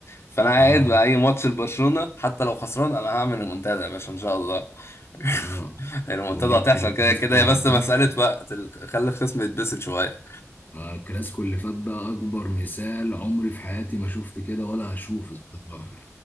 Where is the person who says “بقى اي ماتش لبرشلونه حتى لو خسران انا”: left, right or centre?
Left